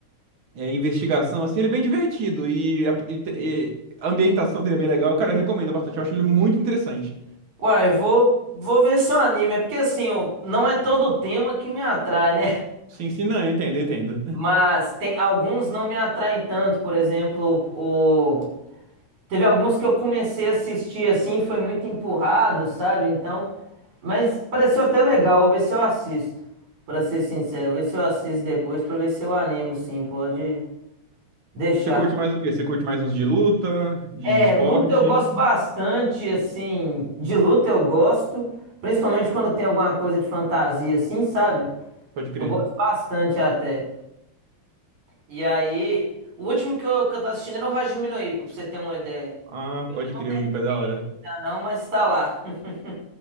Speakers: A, on the right; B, on the right.
A: é, investigação, assim, ele é bem divertido e a, e- e a ambientação dele é bem legal. Cara, eu recomendo bastante, eu acho ele muito interessante.
B: Uai, eu vou, vou ver seu anime, é porque assim, o- não é todo tema que me atrai, né?
A: Sim, sim, não, entenda, entenda. <laughs>
B: Mas tem alguns não me atraem tanto, por exemplo, o teve alguns que eu comecei a assistir assim, foi muito empurrado, sabe? Então, mas pareceu até legal, vou ver se eu assisto. Pra ser sincero, vou ver se eu assisto depois pra ver se eu animo, sim, pode deixar.
A: Você curte mais o quê? Você curte mais uns de luta, de
B: É,
A: esporte?
B: luta eu gosto bastante, assim, de luta eu gosto, principalmente quando tem alguma coisa de fantasia assim, sabe?
A: Pode crer.
B: Eu gosto bastante até. E aí, o último que eu, que eu tô assistindo era o Hajime no Ippo, pra você ter uma ideia.
A: Ah,
B: Eu ainda
A: pode
B: não
A: crer,
B: terminei
A: o IPA é da hora.
B: ainda não, mas tá lá. <laughs>